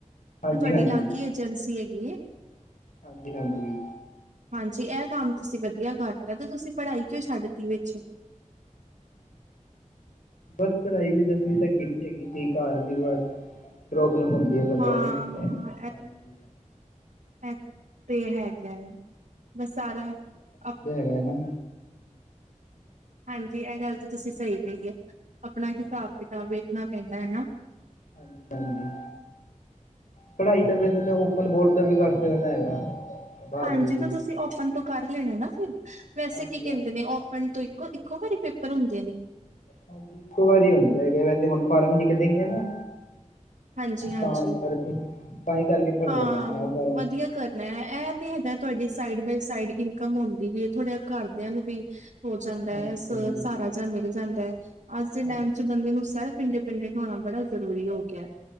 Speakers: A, on the left; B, on the right.
A: ਹਾਂਜੀ
B: ਤੁਹਾਡੇ
A: ਹਾਂਜੀ
B: ਲਾਗੇ ਹੀ ਏਜੰਸੀ ਹੈਗੀ ਏ।
A: ਹਾਂਜੀ-ਹਾਂਜੀ।
B: ਹਾਂਜੀ ਏਹ ਕੰਮ ਤੁਸੀਂ ਵਧੀਆ ਕਰਤਾ ਤੇ ਤੁਸੀਂ ਪੜ੍ਹਾਈ ਕਿਉਂ ਛੱਡ ਤੀ ਵਿੱਚ?
A: ਬਸ ਪੜ੍ਹਾਈ ਵੀ ਦਸਵੀਂ ਤੱਕ ਕੀਤੀ ਹੈਗੀ ਸੀ ਕਾਰ ਦੀ ਬਸ ਪ੍ਰੋਬਲਮ ਹੁੰਦੀ ਏ ਬੰਦੇਆਂ
B: ਹਾਂ
A: ਦੀ, ਹਾਂਜੀ।
B: ਐ ਤੇ ਹੈਗਾ ਏ, ਬਸ ਸਾਰਾ ਅਪ
A: ਹੈਨਾ
B: ਹਾਂਜੀ ਏਹ ਗੱਲ ਤੇ ਤੁਸੀਂ ਸਈ ਕਹੀ ਏ, ਅਪਣਾ ਹਿਸਾਬ
A: ਹਾਂਜੀ
B: ਕਿਤਾਬ ਵੇਖਣਾ ਪੈਂਦਾ ਹੈ ਨਾ।
A: ਹਾਂਜੀ-ਹਾਂਜੀ। ਪੜ੍ਹਾਈ ਤਾਂ ਵੈਸੇ ਮੈਂ ਓਪਨ ਬੋਰਡ ਤੋਂ ਵੀ ਕਰ ਸਕਨਾ ਹੈਗਾ। ਬਾਰਵੀਂ
B: ਹਾਂਜੀ ਤੇ
A: ਦੀ
B: ਤੁਸੀਂ ਓਪਨ ਤੋਂ ਕਰ ਲੈਣਾ ਨਾ ਫਿਰ, ਵੈਸੇ
A: ਹਾਂਜੀ
B: ਕੀ ਕੈਂਦੇ
A: ਹਾਂਜੀ
B: ਨੇ ਓ ਪਨ ਤੋਂ ਇੱਕੋ ਇੱਕੋ ਵਾਰੀ ਪੇਪਰ ਹੁੰਦੇ ਨੇ।
A: ਹਾਂਜੀ ਇੱਕੋ ਵਾਰੀ ਹੁੰਦੇ ਹੈਗੇ ਨੇ ਤੇ ਹੁਣ ਫਾਰਮ ਨਿਕਦੇ ਈ ਏਨਾ।
B: ਹਾਂਜੀ ਹਾਂਜੀ
A: ਤਾ ਕਰਕੇ ਤਾਂ ਈ ਕਰਕੇ ਭਰਨੇ
B: ਹਾਂ
A: ਪੈਣੇ ਆ ਉਹ ਫਾਰਮ
B: ਵਧੀਆ ਕਰਨਾ ਏ ਏਹ ਤੇ ਹੈਗਾ ਤੁਹਾਡੀ ਸਾਈਡ ਬਾਏ ਸਾਈਡ ਇਨਕਮ ਹੁੰਦੀ ਵੀ ਹੈ ਥੋੜਡਾ ਕਾਰਦੇਆਂ ਨੂੰ ਵੀ ਹੋ ਜਾਂਦਾ
A: ਹਾਂਜੀ
B: ਏ ਸ
A: ਹਾਂਜੀ
B: ਸਾਰਾ ਜਾਹ ਮਿਲ ਜਾਂਦਾ ਏ, ਅੱਜ ਦੇ
A: ਹਾਂਜੀ
B: ਟੈਮ ਚ ਬੰਦੇ ਨੂੰ ਸੇਲ ਪਿੰਡੇ-ਪਿੰਡੇ ਨਵਾਨਾ ਬੜਾ ਜ਼ਰੂਰੀ ਹੋ ਗੇਆ ਏ,